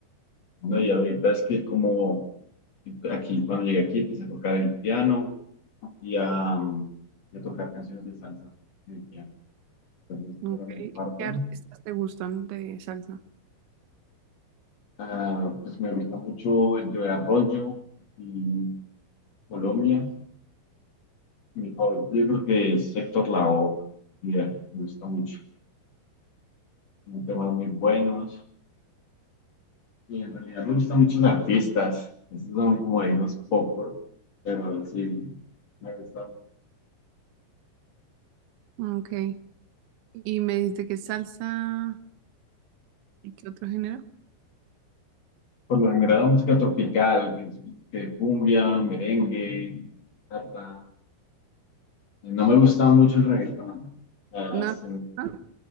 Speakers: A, on the left; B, on the right.
A: No, y ahorita es que como aquí, cuando llegué aquí, empecé a tocar el piano y a, mm, y a tocar canciones de salsa en el piano. Entonces,
B: Ok.
A: esa era mi parte.
B: ¿Qué artistas te gustan de salsa?
A: Ah, pues me gusta mucho el Joe Arroyo y Colombia. Mi favorito, yo creo que es Héctor Lavoe. y me gusta mucho. Son temas muy buenos. Y en realidad me gustan muchos artistas. Esos son como ahí unos pocos. Pero sí, me gusta
B: Ok. Y me dijiste que salsa. ¿Y qué otro género?
A: Por lo general, la música tropical, que, que cumbia, merengue, bachata. No me gusta mucho el reggaetón. Ah,
B: No.
A: sí.
B: ¿No? no.